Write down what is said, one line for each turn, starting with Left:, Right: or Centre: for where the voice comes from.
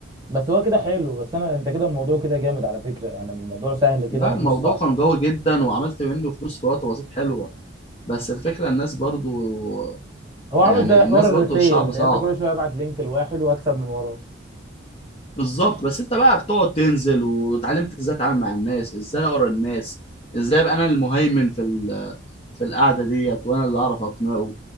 Right: بس هو كده حلو بس انا انت كده الموضوع كده جامد على فكره يعني الموضوع سهل كده
Left: لا
Right: ومش
Left: الموضوع
Right: صعب
Left: كان قوي جدا وعملت منه فلوس في وقت بسيط حلوة بس الفكرة الناس برضو
Right: هو
Left: يعني
Right: عامل زي
Left: الناس
Right: حوار الريفيل
Left: برضو الشعب صعب
Right: انت كل شويه ابعت لينك لواحد واكسب من وراه
Left: بالظبط بس انت بقى بتقعد تنزل واتعلمت ازاي اتعامل مع الناس ازاي اقرا الناس ازاي ابقى انا المهيمن في ال- في القعده ديت وانا اللي اعرف اقنعه